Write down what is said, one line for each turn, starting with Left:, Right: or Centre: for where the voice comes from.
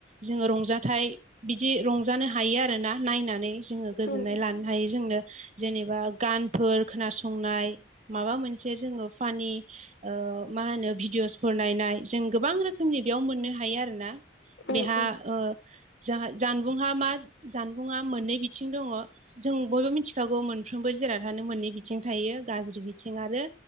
Right: जोंङो रंजाथाइ बिदि रंजानो हायो आरोना नायनानै। जोंङो गोजोननाय
Left: उम
Right: लानो हायो जोंनो जेनेबा गानफोर खोनासंनाय माबा मोनसे जे जोंङो फानि ओ मा होनो भिडिय'सफोर नायनाय जों गोबां रोखोमनि बेयाव मोननो हायो आरोना।
Left: उम
Right: बेहा
Left: उम
Right: ओ जा जानबुंहा मा जानबुङा मोननै बिथिं दङ। जों बयबो मिथिखागौ मोनफ्रोमबो जिराथानो मोननै बिथिं थायो। गाज्रि बिथिं आरो